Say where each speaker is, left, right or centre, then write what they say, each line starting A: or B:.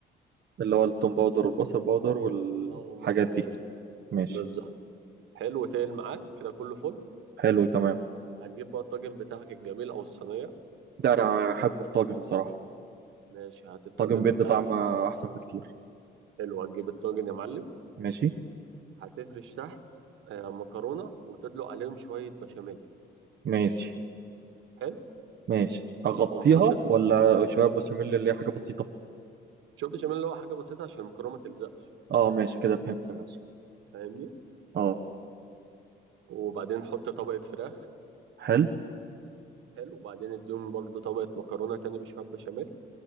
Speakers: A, on the right (about 55°); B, on the right (about 80°).
A: اللي هو التوم باودر والبصل باودر والحاجات
B: اه ملح وفلفل
A: دي ماشي
B: بالظبط حلو تقل معاك كده كله فل
A: حلو تمام
B: هتجيب بقى الطاجن بتاعك الجميل او الصينية
A: ده انا احبه في طاجن بصراحه
B: ماشي هات الطاجن
A: طاجن بيدي
B: بتاعك
A: طعم احسن بكتير
B: حلو هتجيب الطاجن يا معلم
A: ماشي
B: هتفرش تحت آه، مكرونة وتدلق عليهم شوية بشاميل
A: ماشي
B: حلو
A: ماشي اغطيها
B: ومحط
A: ولا شويه بشاميل اللي هي حاجه بسيطه
B: شوف بشاميل اللي هو حاجة بسيطة عشان المكرونة ما تلزقش
A: اه ماشي كده فهمت ماشي
B: فاهمني
A: اه
B: وبعدين حط طبقة فراخ
A: حلو
B: حلو وبعدين اديهم برضو طبقة مكرونة تاني بشوية بشاميل